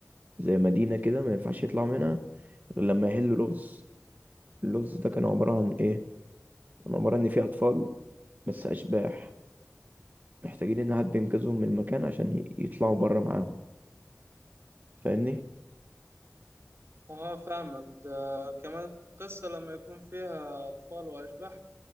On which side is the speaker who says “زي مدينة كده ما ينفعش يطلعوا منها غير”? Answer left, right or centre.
Right